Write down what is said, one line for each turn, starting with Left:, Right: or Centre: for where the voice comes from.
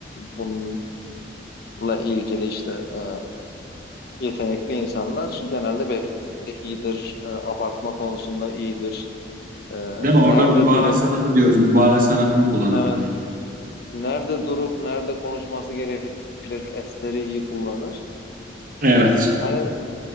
Left: bununla ilgili işte e, yetenekli insanlar genelde betimlemede iyidir, e, abartma konusunda iyidir. E,
Right: Değil mi? Orada
Left: nerede
Right: mübalağa
Left: durup
Right: sanatı diyoruz. Mübalağa sanatını kullanırlar.
Left: evet nerede durup nerede konuşması gerekir esleri iyi kullanır.
Right: Evet.
Left: Hani